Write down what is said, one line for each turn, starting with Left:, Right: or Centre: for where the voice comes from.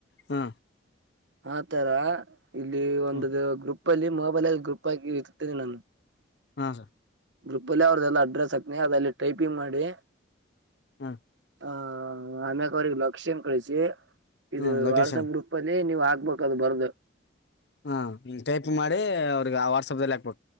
Left: ಹ್ಮ
Right: ಆತರ ಇಲ್ಲಿ ಒಂದು
Left: ಹ್ಮ್
Right: ಗ್ರೂಪ್ ಅಲ್ಲಿ ಮೊಬೈಲ್ ಅಲ್ಲ್ ಗ್ರೂಪ್ ಆಗಿ ಇತ್ತೇನೆ ನಾನು
Left: ಅಹಾ
Right: ಗ್ರೂಪ್ ಅಲ್ಲಿ ಅವ್ರ್ದಲ್ಲ ಅಡ್ರೆಸ್ ಹಾಕ್ನಿ ಅದಲ್ಲಿ ಟೈಪಿಂಗ್ ಮಾಡಿ.
Left: ಹ್ಮ
Right: ಆ ಅಮ್ಯಕ ಅವ್ರರಿಗೆ ಲಕ್ಷ್ಯನ್ ಕಳಿಸಿ ಇದು
Left: ಹ್ಮ್ ಲೊಕೇಶನ್
Right: ವಾಟ್ಸಪ್ ಗ್ರೂಪ್ ಅಲ್ಲಿ. ನೀವ್ ಆಕ್ಬೇಕ ಅದು ಬರ್ದು.
Left: ಹಾ ಹ್ ಟೈಪಿಂಗ್ ಮಾಡಿ ಅವ್ರಿಗೆ ಆ ವಾಟ್ಸ್ಆಪ್ ದಲ್ಲಿ ಹಾಕ್ಬೇಕು.